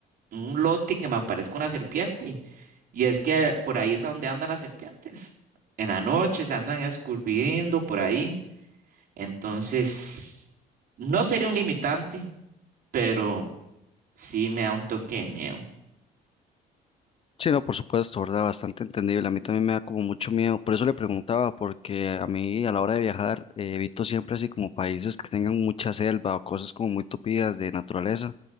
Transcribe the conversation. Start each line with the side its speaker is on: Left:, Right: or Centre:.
Right: en un lote que me aparezca una serpiente. Y es que por ahí es a donde andan las serpientes. En la noche se andan escurriendo por ahí. Entonces, no sería un limitante, pero sí me da un toque de miedo.
Left: Sí, no, por supuesto, ¿verdad? Bastante entendible. A mí también me da como mucho miedo. Por eso le preguntaba, porque a mí a la hora de viajar eh, evito siempre así como países que tengan mucha selva o cosas como muy tupidas de naturaleza.